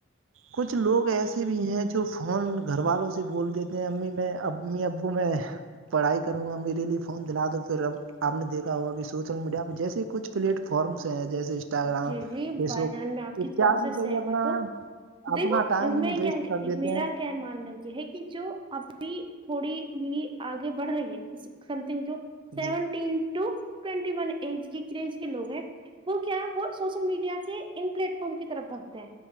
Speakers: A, on the right; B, on the right.
A: کچھ لوگ ایسے بھی ہیں جو فون گھر والوں سے بول دیتے ہیں امی میں امی ابو میں پڑھائی کروں گا میرے لیے فون دلا دو پھر اب آپ نے دیکھا ہوا کہ سوشل میڈیا پہ جیسے کچھ پلیٹ فارمس ہیں جیسے انسٹاگرام
B: جی جی
A: فیس
B: بھائی
A: بک
B: جان میں آپ کس
A: اتیادی
B: بات سے
A: پہ
B: سہمت
A: یہ اپنا
B: ہوں دیکھو
A: اپنا ٹائم
B: میں
A: ویسٹ کر دیتے
B: میرا
A: ہیں
B: کیا ماننا یہ ہے کہ جو ابھی تھوڑی یہ آگے بڑھ رہی ہے سم تھنگ جو seventeen
A: جی
B: to twenty one age کی کرج کے لوگ ہیں وہ کیا ہے وہ سوشل میڈیا کے ان پلیٹ فارم کی طرف بھگتے ہیں